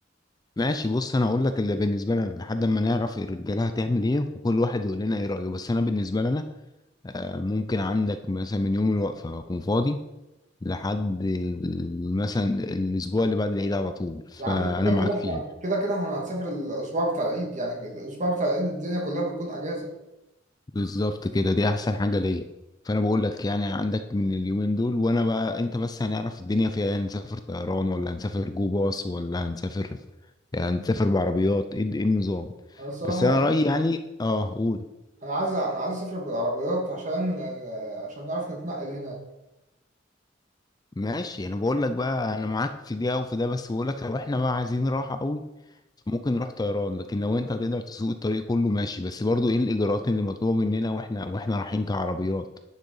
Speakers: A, on the left; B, on the right.
A: ماشي بص انا اقول لك اللي بالنسبه لنا لحد ما نعرف الرجاله هتعمل ايه وكل واحد يقول لنا ايه رايه بس انا بالنسبه لنا آه، ممكن عندك مثلا من يوم الوقفه هكون فاضي لحد ال- مثلا الاسبوع اللي بعد العيد على طول فانا
B: يا عم كده
A: معاك
B: كده احنا
A: فيه
B: كده كده احنا هنسافر الأسبوع بتاع العيد يعني الأسبوع بتاع العيد الدنيا كلها بتكون أجازة
A: بالظبط كده دي احسن حاجه ليا فانا بقول لك يعني عندك من اليومين دول وانا بقى انت بس هنعرف الدنيا فيها إيه، هنسافر طيران ولا هنسافر جو باص ولا هنسافر يعني هنسافر بعربيات ايه إيه النظام
B: أنا الصراحة
A: بس انا رايي يعني اه قول
B: أنا عايز أنا عايز أسافر بالعربيات عشان عشان نعرف نتنقل هنا
A: ماشي انا بقول لك بقى انا معاك في دي او في ده بس بقول لك لو احنا بقى عايزين راحه قوي فممكن نروح طيران لكن لو انت هتقدر تسوق الطريق كله ماشي بس برضو ايه الاجراءات اللي مطلوبه مننا واحنا واحنا رايحين كعربيات